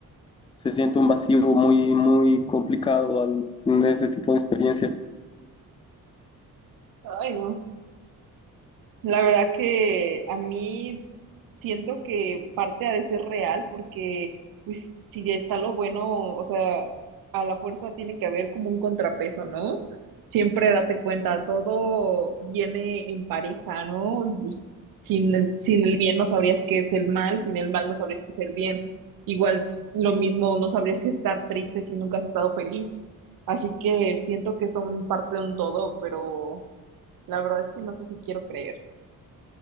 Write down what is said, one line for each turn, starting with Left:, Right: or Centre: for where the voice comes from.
Left: se siente un vacío muy, muy complicado al tener ese tipo de experiencias.
Right: Ay, no. La verdad que a mí siento que parte ha de ser real porque pues si ya está lo bueno, o sea, a la fuerza tiene que haber como un contrapeso, ¿no? Siempre date cuenta, todo viene en pareja, ¿no? Pues, sin, el- sin el bien no sabrías qué es el mal, sin el mal no sabrías qué es el bien. Igual s- lo mismo, no sabrías qué es estar triste si nunca has estado feliz. Así que siento que son parte de un todo, pero la verdad es que no sé si quiero creer.